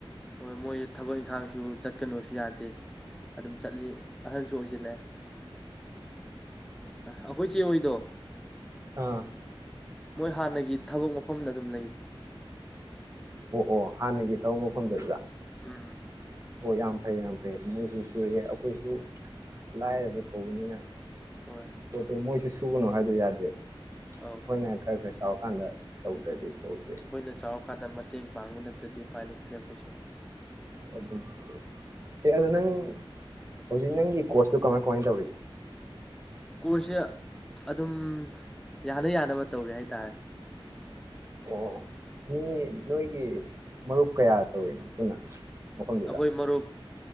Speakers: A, in the centre; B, on the right.
A: ꯍꯣꯏ ꯃꯣꯏ ꯊꯕꯛ ꯏꯪꯈꯥꯡꯁꯨ ꯆꯠꯀꯅꯣꯁꯨ ꯌꯥꯗꯦ ꯑꯗꯨꯝ ꯆꯠꯂꯤ ꯑꯍꯟꯁꯨ ꯑꯣꯏꯁꯤꯜꯂꯛꯑꯦ ꯑꯩꯈꯣꯏ ꯆꯦ ꯍꯗꯣ
B: ꯑꯥ
A: ꯃꯣꯏ ꯍꯥꯟꯅꯒꯤ ꯊꯕꯛ ꯃꯐꯝꯗ ꯑꯗꯨꯝ ꯂꯩꯔꯤ
B: ꯑꯣ ꯑꯣ ꯍꯥꯟꯅꯒꯤ ꯊꯕꯛ ꯃꯐꯝꯗꯗ
A: ꯎꯝ
B: ꯑꯣ ꯌꯥꯝ ꯐꯩ ꯌꯥꯝ ꯐꯩ ꯃꯣꯏ ꯍꯧꯖꯤꯁꯨ ꯑꯩꯈꯣꯏꯁꯨ ꯂꯥꯏꯔꯕ ꯀꯧꯕꯅꯤꯅ
A: ꯍꯣꯏ
B: ꯑꯣ ꯃꯣꯏꯁꯤ ꯁꯨꯒꯅꯨ ꯍꯥꯏꯗꯣ ꯌꯥꯗꯦ
A: ꯑꯧ
B: ꯍꯣꯏꯅꯦ ꯈꯔ ꯈꯔꯁꯤ ꯆꯥꯎꯔꯀꯥꯟꯗ ꯇꯧꯗ꯭ꯔꯗꯤ ꯊꯕꯛꯁꯦ
A: ꯑꯩꯈꯣꯏꯅ ꯆꯥꯎꯔꯀꯥꯟꯗ ꯃꯇꯦꯡ ꯄꯥꯡꯕ ꯅꯠꯇ꯭ꯔꯗꯤ ꯄꯅꯤꯛꯇ꯭ꯔꯦ ꯀꯁꯨ
B: ꯑꯗꯨ ꯇꯧꯋ ꯑꯦ ꯑꯗꯣ ꯅꯪ ꯍꯧꯖꯤꯛ ꯅꯪꯒꯤ ꯀꯣꯔꯁꯇꯨ ꯀꯃꯥꯏ ꯀꯃꯥꯏ ꯇꯧꯔꯤꯒꯦ
A: ꯀꯣꯔꯁꯁꯦ ꯑꯗꯨꯝ ꯌꯥꯅ ꯌꯥꯅꯕ ꯇꯧꯔꯦ ꯍꯥꯏꯇꯥꯔꯦ
B: ꯑꯣ ꯃꯤ ꯅꯣꯏꯒꯤ ꯃꯔꯨꯞ ꯀꯌꯥ ꯇꯧꯏꯤꯅꯣ ꯄꯨꯟꯅ ꯃꯐꯝꯗꯨꯗ
A: ꯑꯩꯈꯣꯏ ꯃꯔꯨꯞ